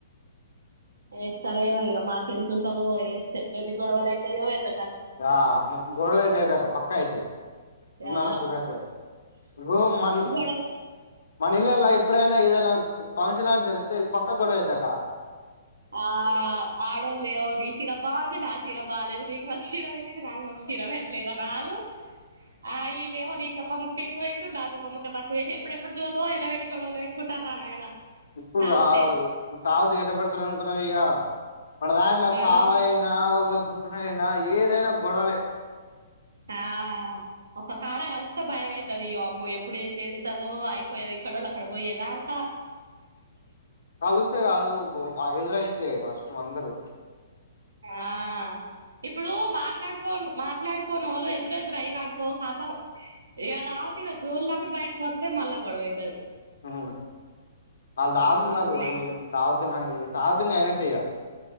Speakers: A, on the right; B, on the left.
A: ఏస్తరేమో ఇగ మాక్ ఎంతుంటమో ఏస్తే ఎడ్డి గొడవలు అయితయో ఎత
B: ఆ ము గొడవలైతైగా అక్క పక్కా అయితయ్
A: ఆ
B: నానా కూడా అయిపోతయ్ గో మన్
A: గొడవ
B: మా నీల్లల్లా ఇప్పుడైనా ఏదైనా <unintelligible> జరుగుతే పక్కా గొడవైత అక్క
A: ఆ ఆడోల్లేమో డిసిడబ్బా అని నా చీర బాలేదు నీకు మాక్ క్షీర వెట్టింది నాకు మటు క్షీర వెట్టలే <unintelligible> ఆ ఈల్లేమో నీక్ ఒక ముక్క ఎక్కువ ఏసిర్ నాకొక ముక్క తక్కువేసి ఎప్పుడెప్పుడు జోల్లో ఎల్ల వెట్టి గొడవలు వెట్కు టర్ర నాయన
B: ఇప్పుడు
A: తాగుతే
B: గాదు తాగుతె ఎట్టబెడతరు అనుకున్నవ్ ఇగ మన దాంట్ల
A: ఆ
B: సావైనా ఒక పుట్టుడైనా ఏదైనా గొడవలే
A: ఆ ఒక్క కాడ కలిస్తే భయం అయితది ఇగ అమ్మో ఎప్పుడేం జరుగుతదో అయిపోయేవి ఎక్కడోల్ అక్కడ బొయేదాన్
B: కలుస్తే గాదు ఆ ఎదురైతే <unintelligible> అందరూ
A: ఆ ఇప్పుడూ మాట్లాడుకోలు మాట్లాడుకోనోళ్ళు ఎదురు ఎదురైరనుకో ఖాతం ఇగ రా ఉత్తిగ జోల్ లాకె బయటకొస్తే మళ్ళ గొడవైతది
B: ఉ ఆళ్
A: మ్మ్
B: దాగుతున్నరు ఏ మీరు ఇప్పుడు తాగుతున్నా ఇవి తాగుతున్నైన టిగ